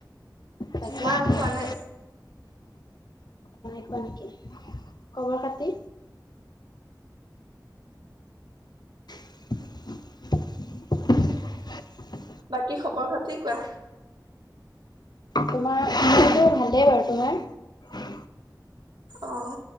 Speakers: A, on the left; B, on the right.
A: তাকে
B: নাই
A: অ
B: হোৱা নাই
A: <inaudible> খাতি <inaudible>
B: বাকী খবৰ খাতি কি কোৱা
A: তোমাৰ মোৰটো ভালেই বাৰু তোমাৰ
B: অহ